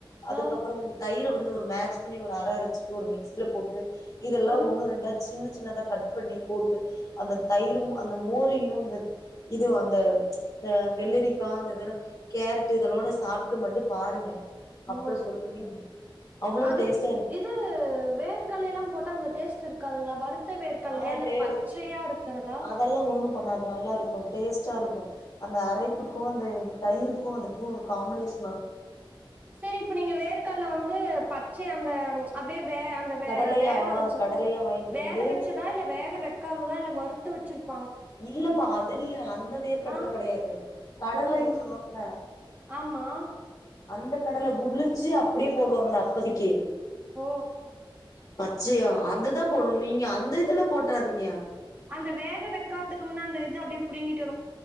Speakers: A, on the left (about 40°); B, on the right (about 20°).
A: அதுக்கப்றொ
B: ஆ
A: வந்து தயிர வந்து ஒரு மேட்ச் ப ண்ணி ஒரு அர அரச்சிட்டு ஒரு மிக்சில போட் டு இதெல்லா
B: ம்
A: ஒன்னு ரெண்டா சின்ன சின்னதா கட் பண்ணி போட்டு அந்த தயிரும் அந்த மோ ரயு இந்த இதுவு அந்த த வெள்ளரிக்கா அந்ததுல கேரட்டு இதல்லோட சாப்ட்டு மட்டு பாருங்க அப்றொ‌
B: ஓ
A: சொல்லுவீங்க அவ்ளோ
B: அதுக்
A: டேஸ்
B: இது வேர்கல்ல எல்லாம் போட்டா அந்த டேஸ்ட் இருக்காதுங்ளா வறு த்தவேர்ககல்லயா
A: ஆ
B: இல்ல
A: டே
B: பச்சயா இருக்குறதா
A: அதெல்லா ஒண்ணு பண்ணாது நல்லாருக்கு டேஸ்ட்டா இருக்கு அந்த அரை ப்புக்கு அந்த தயிருக்கு அதுக்கு காம்பினேஷ்
B: செரி இப்ப நீங்க வேர்கல்ல வந்து பச்சை அந்த அப்டியே வே அந்த வே
A: கடலையா
B: வேக வச்சது
A: கடலையா வாங்கிட்டு
B: வேக
A: வந்து
B: வச்சதா இல்ல வேக வக்காததா இல்ல வ றுத்து வச்சுருப்
A: இல்லப்பா அது இல்ல அந்த வேர்க்கட்ல
B: ஆ
A: கெடையாது கடலைன்
B: ஓ
A: சொல்வோம்ல
B: ஆமா
A: அந்த கடல உழுச்சு அப்டியே போடுவாங்கல அப்பதக்கி
B: ஓ
A: பச்சையா அந்த தா போடனு நீங்க அந்த இதுல போட்றாதீங்க
B: அந்த வேக வெக்காத்துக்கு முன்ன அந்த இது அப்டி புடிங்கிட்டு